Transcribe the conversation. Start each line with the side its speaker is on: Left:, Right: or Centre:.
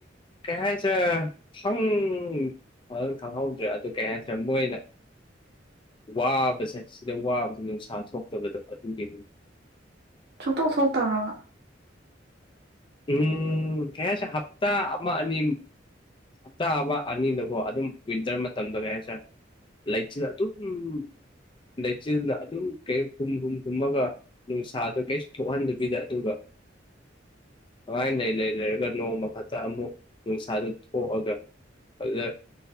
Left: ꯀꯌꯥ ꯆ ꯍꯪ ꯍ ꯈꯪꯍꯧꯗ꯭ꯔꯦ ꯑꯗꯨ ꯀꯩ ꯍꯥꯏꯗ꯭ꯔꯦ ꯃꯣꯏꯅ ꯋꯥꯕꯁꯦ ꯁꯤꯗ ꯋꯥꯕꯁꯦ ꯅꯨꯡꯁꯥ ꯊꯣꯛꯇꯕꯗꯣ ꯑꯗꯨꯒꯤꯅꯤ
Right: ꯆꯨꯇꯣꯛ ꯊꯣꯛꯇꯕ꯭ꯔꯕ
Left: ꯎꯝ ꯀꯦꯁ ꯍꯞꯇꯥ ꯑꯅꯤ ꯍꯞꯇꯥ ꯑꯃ ꯑꯅꯤꯗꯀꯣ ꯑꯗꯨꯝ ꯋꯤꯟꯇꯔ ꯃꯇꯝꯗ ꯀꯩ ꯍꯥꯏꯁꯔ ꯂꯥꯏꯛꯁꯨ ꯇ ꯎꯝ ꯂꯩꯆꯤꯟꯗ ꯑꯗꯨꯝ ꯀ ꯈꯨꯝ ꯍꯨꯝ ꯊꯨꯝꯃꯒ ꯅꯨꯡꯁꯥꯗꯣ ꯀꯔꯤꯁꯨ ꯊꯣꯛꯍꯟꯗꯕꯤꯗ ꯑꯗꯨꯒ
Right: <inaudible>
Left: ꯀꯉꯥꯏꯅ ꯂꯩ ꯂꯩ ꯂꯩꯔꯒ ꯅꯣꯡꯃ ꯈꯛꯇ ꯑꯃꯨꯛ ꯅꯨꯡꯁꯥꯗꯨ ꯍꯑꯒꯦ ꯑꯗꯨꯗꯦ